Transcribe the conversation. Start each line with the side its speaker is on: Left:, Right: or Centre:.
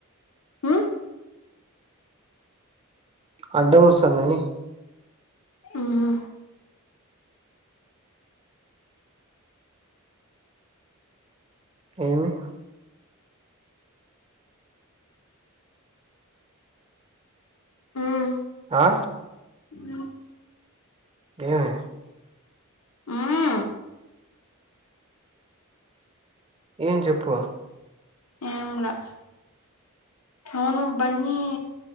Left: ఉ
Right: అడ్డం వస్తంది అని
Left: ఉహు
Right: ఏమి
Left: <unintelligible> ఉ
Right: ఆ
Left: హ్మ్
Right: ఏమి
Left: హు
Right: ఏం చెప్పు
Left: ఏం లా అవును బన్నీ